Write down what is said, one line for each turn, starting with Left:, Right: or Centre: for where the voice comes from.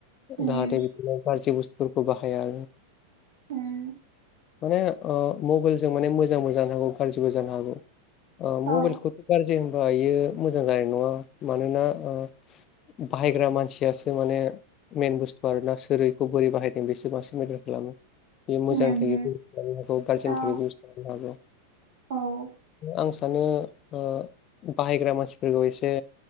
Right: उम
Left: जाहा बि बुस् बेखौ बाहाया
Right: उम
Left: माने आ ओ मबाइलजों जों माने मोजांबो जानो हागौ आ मबाइलखौथ'
Right: औ
Left: गाज्रि होनबा बियो मोजां जानाय नङा मानोना ओ बाहायग्रा मानसियासो माने मेन बुस्थु आरोना सोरैखौ बोरै बाहायदों बेसो बांसिन मेटार खालामो बे मोजांनि
Right: उमहो
Left: थाखाय बेबस्था खालामनो हागौ गाज्रिनि
Right: औ
Left: थाखाय बेबस्था खालामनो हागौ
Right: औ
Left: आं सानो आं सानो ओ बाहायग्रा मानसि एसे